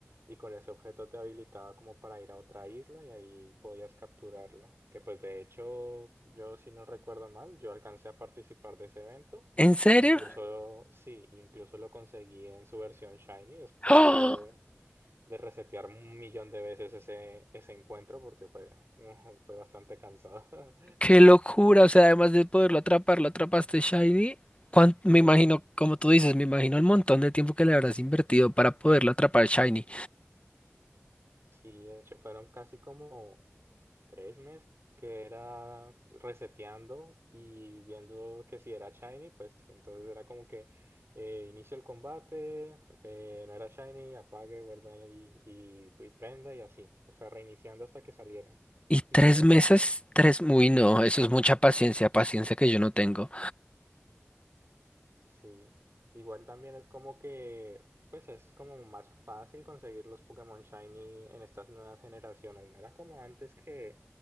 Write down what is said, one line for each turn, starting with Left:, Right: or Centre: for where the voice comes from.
Right: y con ese objeto te habilitaba como para ir a otra isla y ahí podías capturarlo. Que pues de hecho yo si no recuerdo mal, yo alcancé a participar de ese evento.
Left: ¿En serio?
Right: Incluso, sí, incluso lo conseguí en su versión Shiny después
Left: ¡Ah!
Right: de de resetear un millón de veces ese, ese encuentro porque fue, <laughs> fue bastante cansado. <laughs>
Left: ¡Qué locura! O sea, además de poderlo atrapar, lo atrapaste Shiny. cuán- Me
Right: Sí,
Left: imagino, como tú dices, me imagino el montón de tiempo que le habrás invertido para poderlo atrapar Shiny.
Right: sí, de hecho fueron casi como tres meses que era reseteando y viendo que si era shiny, pues entonces era como que eh, inicio el combate, eh, no era shiny, apague, vuelve ahí y, y prenda y así, o sea, reiniciando hasta que saliera.
Left: Y
Right: Y
Left: tres
Right: salió.
Left: meses, tres, uy, no, eso es mucha paciencia, paciencia que yo no tengo.
Right: Sí, igual también es como que, pues es como más fácil conseguir los Pokémon Shiny en estas nuevas generaciones. No era como antes que,